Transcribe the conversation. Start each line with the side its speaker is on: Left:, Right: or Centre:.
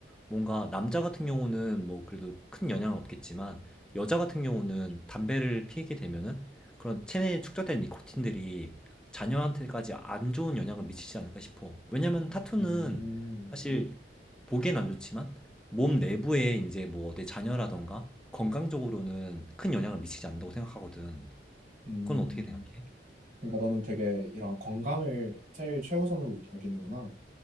Centre: 뭔가 남자 같은 경우는 뭐 그래도 큰 영향은 없겠지만 여자 같은 경우는 담배를 피게 되면은 그런 체내에 축적된 니코틴들이 자녀한테까지 안 좋은 영향을 미치지 않을까 싶어. 왜냐면 타투는
Right: 음,
Centre: 사실 보기엔 안 좋지만 몸 내부에 이제 뭐 내 자녀라던가 건강적으로는 큰 영향을 미치지 않는다고 생각하거든.
Right: 음.
Centre: 그건 어떻게 생각해?
Right: 그러니까 너는 되게 이런 건강을 제일 최우선으로 여기는구나.